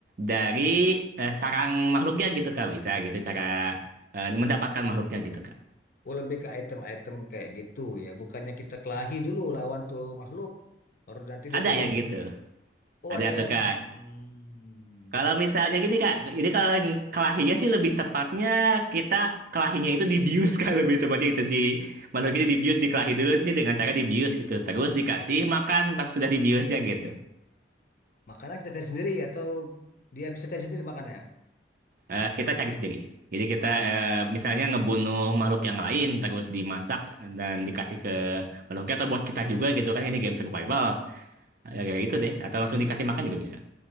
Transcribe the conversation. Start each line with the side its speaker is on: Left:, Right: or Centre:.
Right: dari eh, sarang makhluknya gitu, Kak. Bisa gitu cara eh, mendapatkan makhluknya gitu, Kak.
Left: Oh, lebih ke item-item kayak gitu ya. Bukannya kita kelahi dulu lawan tuh makhluk. Baru nanti dia
Right: Ada
Left: tunduk.
Right: yang gitu.
Left: Oh,
Right: Ada
Left: ada
Right: tuh
Left: yang
Right: Kak.
Left: hmm,
Right: Kalau misalnya gini Kak, jadi kalau yang kelahinya sih lebih tepatnya kita kelahinya itu dibius <laughs> Kak, lebih tepatnya itu sih. Makhluk itu dibius, dikelahi dulu nih dengan cara dibius gitu. Terus dikasih makan pas sudah dibiusnya gitu.
Left: Makanan kita cari sendiri atau dia bisa cari sendiri makanannya?
Right: Eh, kita cari sendiri. Jadi kita eh, misalnya ngebunuh makhluk yang lain terus dimasak dan dikasih ke makhluknya atau buat kita juga gitu kan ini game survival. Ya kayak gitu deh atau langsung dikasih makan juga bisa.